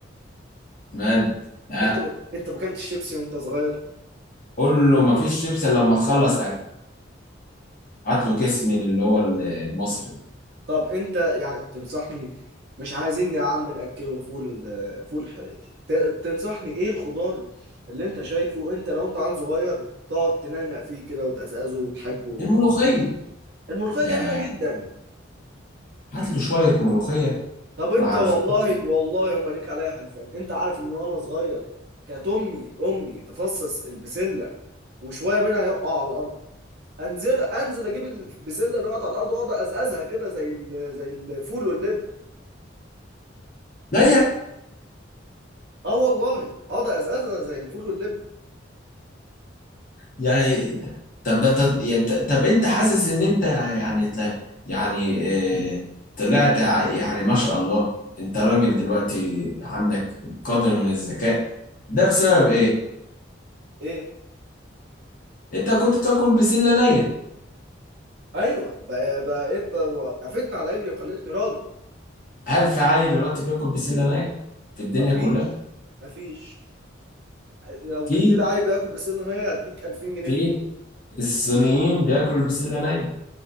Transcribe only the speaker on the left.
مد لا
قول له مفيش شيبس إلا لما تخلص اكل هات له كيس من اللي هو المصري ده
الملوخية
يا
هات له شوية ملوخية
مع
الفلفل
لا يا
يعني طب ده انت يعني انت- طب انت حاسس ان انت يعني تلا- يعني اه، طلعت ع- يعني ما شاء الله انت راجل دلوقتي عندك قدر من الذكاء ده بسبب ايه؟
انت كنت بتاكل بسلة نية
هل في عيل دلوقتي بياكل بسلة نية في الدنيا
كلها؟
في
في
الصينيين بياكلوا البسلة نية